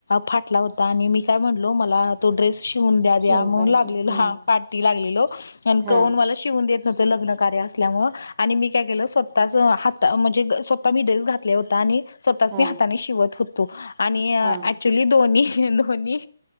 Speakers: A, on the left; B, on the right.
A: फाटला होता आणि मी काय म्हणलो मला तो ड्रेस शिवून द्या द्या
B: शिवून
A: म्हणून
B: पाहिजे
A: लागलेला
B: हम्म
A: हा पाठी लागलेलो आणि
B: हा
A: कोण मला शिवून देत नव्हतं लग्न कार्य असल्यामुळ. आणि मी काय केलं स्वतःच हात म्हणजे स्वतः मी ळेस घातले होता आणि स्वतःच
B: हा
A: मी हाताने शिवत होतो आणि
B: हा
A: ऍक्च्युली दोन्ही दोन्ही